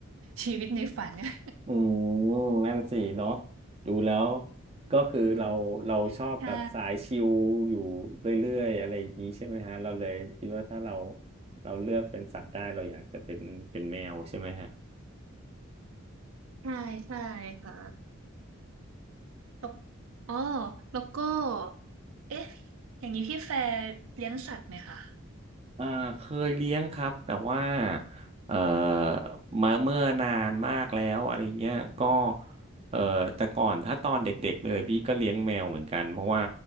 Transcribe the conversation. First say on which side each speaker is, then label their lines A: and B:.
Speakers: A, on the right; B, on the right.
A: ชีวิตในฝันเนี่ย
B: อืมนั่นสิเนาะดูแล้วก็คือเราเราชอบแบบสายชิลอยู่เรื่อยๆอะไรอย่างนี้ใช่ไหมฮะเราเลยคิดว่าถ้าเรา
A: <laughs> อืมใช่
B: เราเลือกเป็นสัตว์ได้เราอยากจะเป็นเป็นแมวใช่ไหมฮะ
A: ใช่ใช่ค่ะ แล้วอ๋อแล้วก็เอ๊ะอย่างนี้พี่แฟร์เลี้ยงสัตว์ไหมคะ
B: เอ่อเคยเลี้ยงครับแต่ว่าเอ่อมาเมื่อนานมากแล้วอะไรเงี้ยก็เอ่อแต่ก่อนถ้าตอนเด็กๆเลยพี่ก็เลี้ยงแมวเหมือนกันเพราะว่า